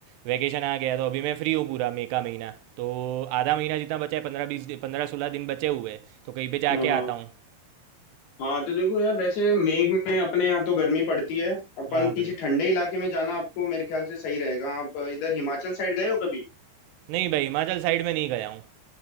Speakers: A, on the right; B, on the left.
A: वैकेशन आ गया तो अभी मैं फ्री हूँ पूरा मई का महीना तो आधा महीना जितना बचा है पंद्रह बीस पंद्रह सोलह दिन बचे हुए हैं तो कहीं पे जाके
B: हाँ हाँ
A: आता हूँ
B: हाँ तो देखो यार वैसे मेघ में अपने यहाँ तो गर्मी पड़ती है अपन
A: हाँ भाई
B: किसी ठंडे इलाके में जाना आपको मेरे ख्याल से सही रहेगा आप इधर हिमाचल साइड गए हो कभी
A: नहीं भाई हिमाचल साइड में नहीं गया हूँ